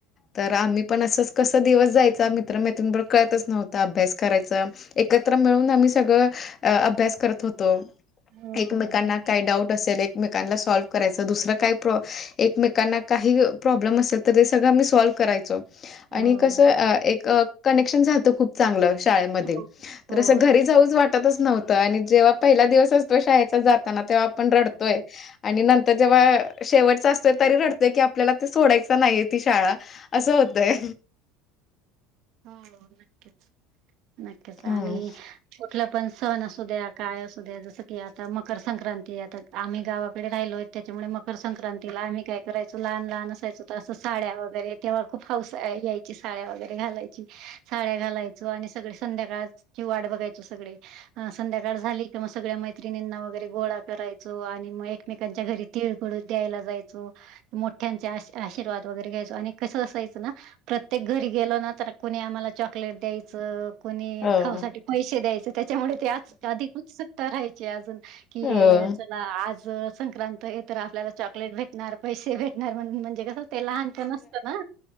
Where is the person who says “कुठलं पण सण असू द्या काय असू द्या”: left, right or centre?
Right